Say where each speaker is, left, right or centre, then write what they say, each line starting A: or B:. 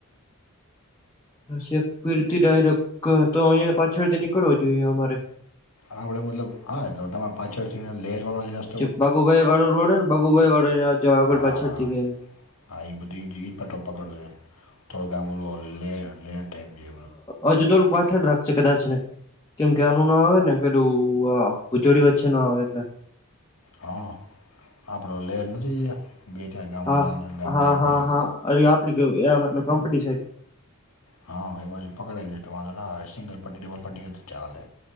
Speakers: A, on the left; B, on the left.
A: શેકપીરથી ડાયરેક તો અહીયાં પાછળથી નીકળવો જોઈએ અમારે.
B: આપડે મતલબ હા તમારા પાછળ થી ને લેર વાળ <inaudible>
A: જે બાબુભાઈ વાળો રોડે ને બાબુભાઈ વાળો રોડ હે ને બાબુભાઈ વાળો અ જ આગળ
B: હા
A: પાછળથી
B: હા
A: એમ
B: હા એ બધી જ પટો પકડ થોડોક આમ ઓલો લે લે ટાઈપ જે
A: અજુ તોલક વાત થે રાખશે કદાચ એને કેમ કે આનું ના આવે ને પેલું અહ ભુજોડી વચ્ચે ના આવે એટલે.
B: હા, આપડો લેર નથી ગયા બે તં ગામડા
A: હા
B: નાનાના ગામડા
A: હા
B: એ બાજુ.
A: હા હા અરે આપડી ગ્યું આ મતલબ કંપની સાઈડ.
B: હા, એ બાજુ પકડાવી જાય તો વાંધો ના આવે. સિંગલ પર્ટી ડબલ પર્ટી તો ચાલે.